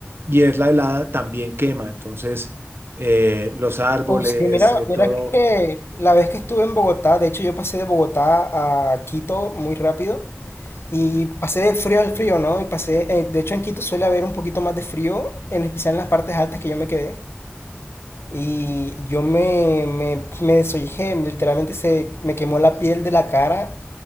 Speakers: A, on the right; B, on the left.
A: y es la helada también quema, entonces eh, los árboles,
B: Uf, sí, mira,
A: eh, todo,
B: mira que la vez que estuve en Bogotá, de hecho yo pasé de Bogotá a Quito muy rápido. Y pasé del frío al frío, ¿no? Y pasé, eh, de hecho en Quito suele haber un poquito más de frío, en especial en las partes altas que yo me quedé. Y yo me, me, me desollejé, literalmente se me quemó la piel de la cara